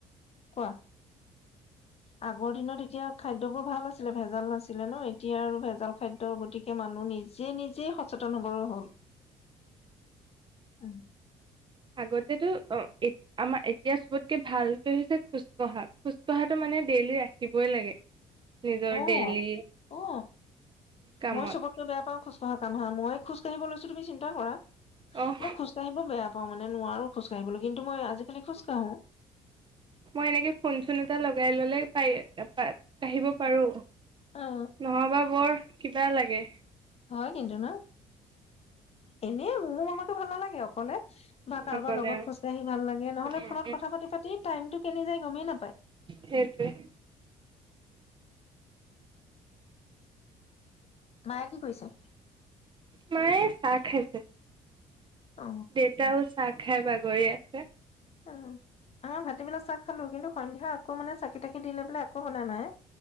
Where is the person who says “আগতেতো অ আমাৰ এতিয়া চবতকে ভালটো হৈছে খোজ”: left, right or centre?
Right